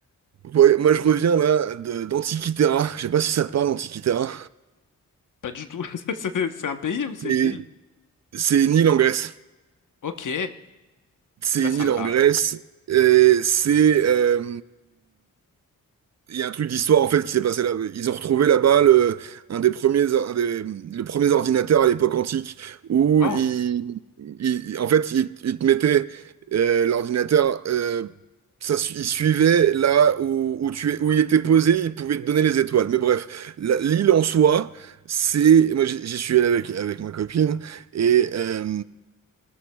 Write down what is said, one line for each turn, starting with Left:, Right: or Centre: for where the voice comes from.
Right: ouais, moi, je reviens, là, de- d'Antikythera. Je sais pas si ça te parle, Antikythera.
Left: Pas du tout. <laughs> C'est c'est un pays ou c'est
Right: C'est
Left: une ville?
Right: c'est une île en Grèce.
Left: Ok.
Right: C'est
Left: Là,
Right: une
Left: ça
Right: île
Left: me
Right: en
Left: parle.
Right: Grèce. Et c'est... euh, Il y a un truc d'histoire en fait qui s'est passé là. Ils ont retrouvé là-bas le, un des premiers, un des, le premier ordinateur à l'époque antique où
Left: Oh,
Right: ils, ils- en fait, ils, ils te mettaient euh, l'ordinateur, euh, ça, su- ils suivaient là où, où tu es, où il était posé, ils pouvaient te donner les étoiles. Mais bref, la- l'île en soi, c'est, moi j'y j'y suis allé avec avec ma copine et euh,